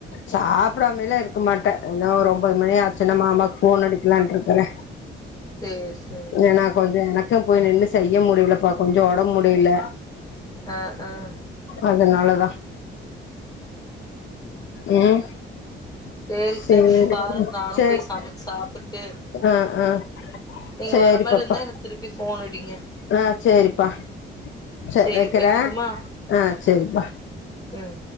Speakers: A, on the left; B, on the left.
A: சாப்டாமல்லா இருக்க மாட்டே இன்னு ஒரு ஒன்பது மணி ஆச்சுன்னா மாமாக்கு ஃபோன் அடிக்கலான்ட்ருக்குறே
B: சேர் சேரி
A: ஏன்னா கொஞ்சோ எனக்கு போய் நின்னு செய்ய முடில இப்பா கொஞ்சோ ஒடம்முடியல
B: ஆ ஆ
A: அதனாலத ம்
B: செரித்த
A: சேரி
B: நீங்கபாருங் நானு
A: சேரி
B: போய் சமச்சி சாப்புட்டு
A: ஆ ஆ
B: நீங்க
A: சேரி
B: வரமார்ருந்தா
A: பாப்பா
B: எனக்கு திருப்பி ஃபோன் அடிங்க
A: ஆ சேரிப்பா செர்
B: சேரி
A: வெக்கிறே
B: வைக்கட்டுமா
A: ஆ சேரிப்பா
B: ம்